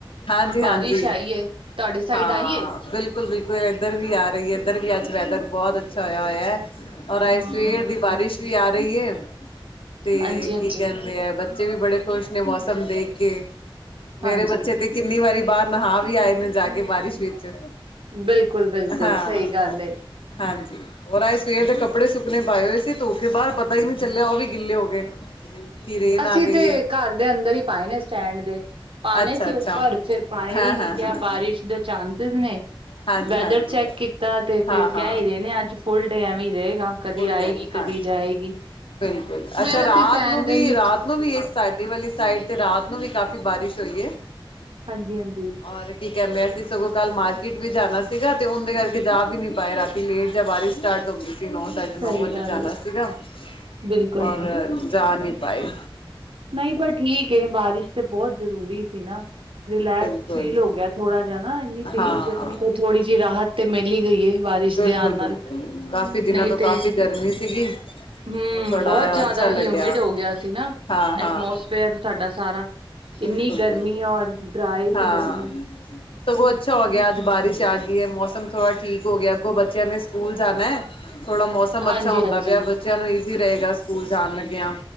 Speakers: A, on the left; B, on the right.
A: ਹਾਂਜੀ-ਹਾਂਜੀ
B: ਬਾਰਿਸ਼ ਆਈ ਏ, ਤੁਹਾਡੀ ਸਾਈਡ
A: ਹਾਂ
B: ਆਈ ਏ?
A: ਬਿਲਕੁਲ-ਬਿਲਕੁਲ। ਇੱਧਰ ਵੀ ਆ ਰਹੀ, ਇੱਧਰ ਵੀ ਅੱਜ ਵੈਦਰ ਬਹੁਤ ਅੱਛਾ ਹੋਇਆ, ਹੋਇਆ। ਔਰ ਆਏ
B: ਹੂੰ,
A: ਸਵੇਰ ਦੀ ਬਾਰਿਸ਼ ਵੀ, ਆ ਰਹੀ ਹੈ ਤੇ
B: ਹਾਂਜੀ-ਹਾਂਜੀ,
A: ਕੀ ਕਹਿੰਦੇ ਆ, ਬੱਚੇ ਵੀ ਬੜੇ ਖੁਸ਼ ਨੇ, ਮੌਸਮ ਦੇਖ ਕੇ ਮੇਰੇ
B: ਹਾਂਜੀ,
A: ਬੱਚੇ ਤੇ ਕਿੰਨੀ ਵਾਰੀ ਬਾਹਰ ਨਹਾ ਵੀ ਆਏ ਨੇ ਜਾ ਕੇ ਬਾਰਿਸ਼ ਵਿੱਚ।
B: ਬਿਲਕੁਲ - ਬਿਲਕੁਲ
A: ਹਾਂ।
B: ਸਹੀ ਗੱਲ ਏ।
A: ਹਾਂਜੀ। ਔਰ ਅੱਜ ਸਵੇਰ ਦੇ ਕੱਪੜੇ ਸੁੱਕਨਣੇ ਪਾਏ ਹੋਏ ਸੀ। ਧੋਕੇ ਬਾਹਰ, ਪਤਾ ਹੀ ਨਹੀਂ ਚੱਲਿਆ। ਉਹ ਵੀ ਗਿੱਲੇ ਹੋ ਗਏ। ਕਿ ਰੇਨ
B: ਅਸੀਂ
A: ਆ ਗਈ
B: ਤੇ
A: ਹੈ
B: ਘਰ ਦੇ ਅੰਦਰ ਹੀ ਪਾਏ ਨੇ ਸਟੈਂਡ ਦੇ ਪਾਣੇ
A: ਅੱਛਾ-ਅੱਛਾ।
B: ਸੀ ਉਹ ਪਰ ਫੇਰ ਪਾਏ
A: ਹਾਂ-ਹਾਂ-ਹਾਂ,
B: ਹੀ ਨਹੀ ਕਿਹਾ ਬਾਰਿਸ਼ ਇਸ ਦੇ ਚਾਂਸਿਸ ਨੇ,
A: ਹਾਂਜੀ-ਹਾਂਜੀ,
B: ਵੈਦਰ ਚੈੱਕ ਕੀਤਾ ਤੇ ਫੇਰ
A: ਹਾਂ-ਹਾਂ
B: ਕਹਿ ਹੀ ਰਹੇ ਨੇ ਅੱਜ ਫੁਲ ਡੇ ਐਵੇ ਹੀ ਰਹੇਗਾ ਕਦੀ
A: ਫੁੱਲ ਡੈਮ
B: ਆਏਗੀ ਕਦੀ
A: ਹਾਂਜੀ।
B: ਜਾਏਗੀ
A: ਬਿਲਕੁਲ
B: ਮੇ
A: ਅੱਛਾ
B: ਅਸੀਂ
A: ਰਾਤ
B: ਫੈਨ
A: ਨੂੰ
B: ਦੇ
A: ਵੀ
B: ਨ
A: ਰਾਤ ਨੂੰ ਵੀ ਇਸ ਸਾਡੀ ਵਾਲੀ ਸਾਈਡ ਤੇ ਰਾਤ ਨੂੰ ਵੀ ਕਾਫ਼ੀ ਬਾਰਿਸ਼ ਹੋਈ ਹੈ
B: ਹਾਂਜੀ-ਹਾਂਜੀ
A: ਔਰ ਕੀ ਕਹਿੰਦੇ ਅ ਸੀ ਸਗੋਂ ਕੱਲ੍ਹ ਮਾਰਕੀਟ ਵੀ ਜਾਣਾ ਸੀਗਾ ਤੇ ਉਹਦੇ ਕਰਕੇ ਜਾ ਵੀ ਨਹੀ ਪਾਏ ਰਾਤੀ ਸੀ ਲੇਟ ਜਾਂ ਵਾਰੀ ਸਟਾਰਟ ਹੋ ਗਈ ਸੀ ਨੋਨ ਸਾਡੇ
B: ਸਹੀ
A: ਨੌ ਵਜੇ
B: ਗੱਲ
A: ਜਾਣਾ
B: ਏ।
A: ਸੀਗਾ
B: ਬਿਲਕੁਲ।
A: ਔਰ ਜਾ ਨਹੀ ਪਾਈ
B: ਨਹੀਂ ਪਰ ਠੀਕ ਏ ਬਾਰਿਸ਼ ਬਹੁਤ ਜਰੂਰੀ ਸੀ ਨਾ ਰਿਲੈਕਸ
A: ਬਿਲਕੁਲ
B: ਫੀਲ ਹੋ ਗਿਆ ਥੋੜਾ ਜਾ ਨਾ ਇੰਨੀ ਤੇਜ਼
A: ਹਾਂ
B: ਗਰਮੀ ਤੋ। ਥੋੜੀ ਜਿਹੀ ਰਾਹਤ ਤੇ ਮਿਲ ਹੀ ਗਈ ਏ। ਬਾਰਿਸ਼
A: ਬਿਲਕੁਲ-ਬਿਲਕੁਲ
B: ਦੇ ਆਣ ਨਾਲ
A: ਕਾਫੀ ਦਿਨਾਂ
B: ਨਹੀਂ
A: ਤੋਂ
B: ਤੇ
A: ਕਾਫੀ ਗਰਮੀ ਸੀਗੀ
B: ਹੂੰ
A: ਔਰ ਥੋੜ੍ਹਾ
B: ਬਹੁਤ ਜ਼ਿਆਦਾ
A: ਅੱਛਾ ਲੱਗਿਆ
B: ਹਿਊਮਿਡ ਹੋ ਗਿਆ ਸੀ ਨਾ
A: ਹਾਂ ਹਾਂ
B: ਐਟਮੋਸਫੇਅਰ ਸਾਡਾ ਸਾਰਾ
A: ਬਿਲਕੁਲ
B: ਇੰਨੀ ਗਰਮੀ
A: ਬਿਲਕੁਲ
B: ਹੈ ਔਰ ਡਰਾਏ ਦੀ
A: ਹਾਂ
B: ਗਰਮੀ।
A: ਸਗੋਂ ਅੱਛਾ ਹੋ ਗਿਆ ਅੱਜ ਬਾਰਿਸ਼ ਆ ਗਈ ਹੈ ਮੌਸਮ ਥੋੜਾ ਠੀਕ ਹੋ ਗਿਆ ਅੱਗੋਂ ਬੱਚਿਆਂ ਨੇ ਸਕੂਲ ਜਾਣਾ ਹੈ। ਥੋੜਾ ਮੌਸਮ
B: ਹਾਂਜੀ-ਹਾਂਜੀ।
A: ਅੱਛਾ ਹੁੰਦਾ ਪਿਆ ਬੱਚਿਆਂ ਨੂੰ ਈਜ਼ੀ ਰਹੇਗਾ ਸਕੂਲ ਜਾਣ ਲੱਗਿਆ।